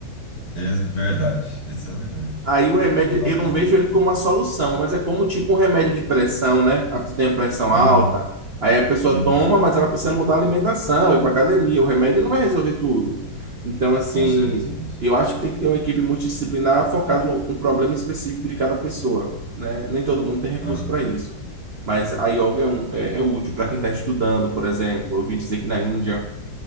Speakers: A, on the left; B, on the right.
A: Ex- verdade. Isso é verdade.
B: Aí o remédio,
A: Não dá
B: eu
A: pra.
B: não vejo ele como uma solução, mas é como tipo um remédio de pressão, né? A pessoa tem a pressão
A: Uhum,
B: alta, aí a pessoa
A: uhum,
B: toma, mas ela precisa mudar a alimentação, ir para academia. O remédio não vai resolver tudo. Então, assim,
A: com certeza.
B: eu acho que tem que ter uma equipe multidisciplinar focada no, no problema específico de cada pessoa, né? Nem todo mundo tem recurso
A: Aham.
B: para isso. Mas a yoga é, um- é- é útil para quem está estudando, por exemplo. Eu ouvi dizer que na Índia